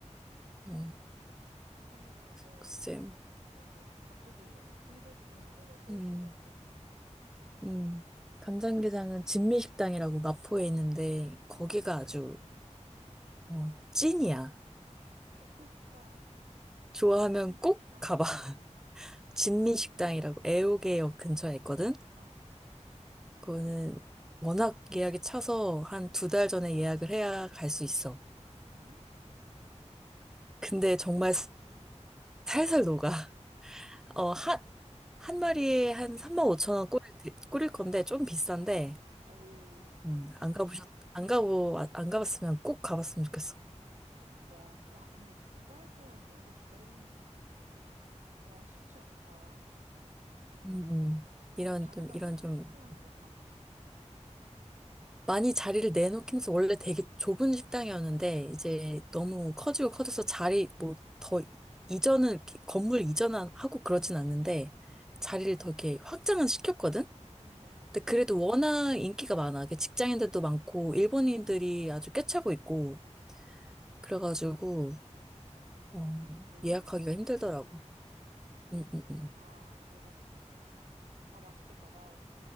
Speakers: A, in the centre; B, on the right (about 75°).
A: 어
B: 간장게장은 또
A: 글쎄,
B: 어, 뭐 밥도둑이잖아. 한국인들의 소울푸드
A: 음,
B: 아니야?
A: 음. 간장게장은 진미식당이라고 마포에 있는데, 거기가
B: 어,
A: 아주, 어, 찐이야.
B: 아, 먹고 싶다.
A: 좋아하면
B: 진미 식당?
A: 꼭 가봐.
B: 어,
A: <laughs> 진미식당이라고 애호개역
B: 어.
A: 근처에 있거든?
B: 어.
A: 그거는 워낙 예약이 차서 한 두 달 전에
B: 에?
A: 예약을 해야 갈 수 있어.
B: 어?
A: 근데 정말 살살 녹아. <laughs> 어,
B: 참.
A: 한, 한 마리에 한 3만 5천 원 꼬릴, 테- 꼬릴 건데, 좀 비싼데,
B: 어우,
A: 음, 안 가보셨, 안 가고, 아- 안 가봤으면 꼭 가봤으면 좋겠어.
B: 와, 와, 근데 두 달 동안 예약을 기다리는 건, 와, 쉽지 않다.
A: 음. 음,
B: 그러니까
A: 이런
B: 자리가
A: 좀, 이런
B: 협소한
A: 좀,
B: 건가?
A: 많이 자리를 내놓기면서 원래 되게 좁은 식당이었는데, 이제 너무 커지고 커져서 자리, 뭐, 더, 이전은, 이렇게 건물 이전하고 그러진 않는데,
B: 응.
A: 자리를 더 이렇게 확장은 시켰거든?
B: 응, 응,
A: 근데 그래도 워낙 인기가 많아. 이게 직장인들도 많고, 일본인들이
B: 응.
A: 아주 꿰차고 있고, 그래가지고,
B: 어,
A: 어,
B: 매운이들도
A: 예약하기가
B: 많구나.
A: 힘들더라고. 응, 응,
B: 아, 알겠어. 아, 맛있겠다. 나